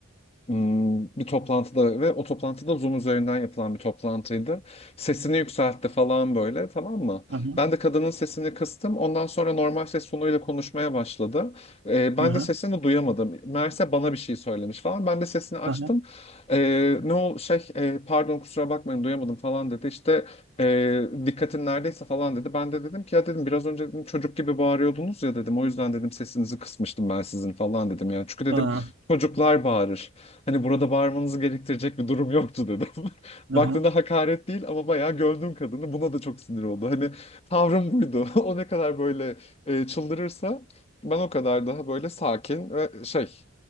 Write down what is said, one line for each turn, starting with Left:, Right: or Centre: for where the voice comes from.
Left: Hmm, bir toplantıda ve o toplantıda Zoom üzerinden yapılan bir toplantıydı. Sesini yükseltti falan böyle tamam mı?
Right: aha,
Left: Ben de kadının sesini kıstım. Ondan sonra normal ses tonuyla konuşmaya başladı. Ee, ben
Right: aha,
Left: de sesini duyamadım. Meğerse bana bir şey söylemiş falan. Ben de sesini açtım.
Right: aha,
Left: Ee, ne ol şey e, pardon kusura bakmayın duyamadım falan dedi. İşte e, dikkatin neredeyse falan dedi. Ben de dedim ki ya dedim biraz önce dedim, çocuk gibi bağırıyordunuz ya dedim. O yüzden dedim sesinizi kısmıştım ben sizin falan dedim. Yani çünkü dedim
Right: aha,
Left: çocuklar bağırır. Hani burada bağırmanızı gerektirecek bir durum yoktu dedim. <laughs> Baktığında
Right: aha.
Left: hakaret değil ama bayağı gömdüm kadını. Buna da çok sinir oldu. Hani tavrım buydu. <laughs> O ne kadar böyle e, çıldırırsa ben o kadar daha böyle sakin ve şey